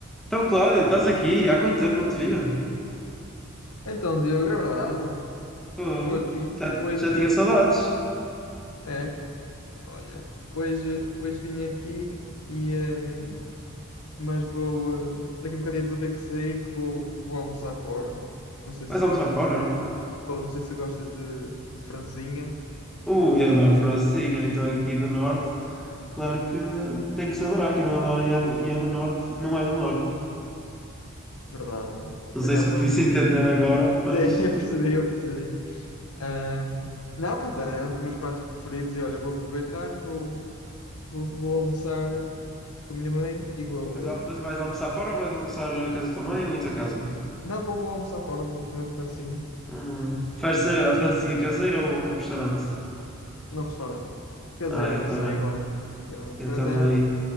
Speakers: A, in the centre; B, on the left.
A: Então, Cláudio, estás aqui? Há quanto tempo não te via?
B: Então, Diogo, é verdade.
A: Fogo.
B: Estou aqui.
A: Já,
B: Hoje
A: já tinha saudades.
B: eh, é, olha, hoje, hoje vim aqui e hum, mas vou hum, daqui a um bocadinho vou ter que sair que vou, que vou almoçar fora. Não sei se
A: Vais almoçar
B: gostas
A: fora?
B: de bom, não sei se gostas de, de francesinha.
A: Ui,
B: Vou,
A: adoro francesinha. Então, aqui do Norte, claro que tem que se adorar. Quem não adora e é do, e é do Norte, não é do Norte.
B: é verdade.
A: Não
B: Por
A: sei
B: acaso
A: se me
B: é
A: fiz
B: um.
A: entender agora,
B: <laughs>
A: mas,
B: Sim, eu percebi, eu percebi. Hum, não, mas é um dos meus pratos preferidos e olha, vou aproveitar, vou, vou, vou almoçar com a minha mãe e vou.
A: mas, al-
B: hum,
A: mas vais almoçar fora ou vais almoçar a casa também ou em tua casa?
B: Não, vou, vou almoçar fora, vou comer francinha
A: Hum, prefere ser a francesinha caseira ou no restaurante?
B: no restaurante. Caseira
A: Ah, eu
B: não
A: também.
B: sai igual. Eu,
A: Eu
B: pois
A: também.
B: é,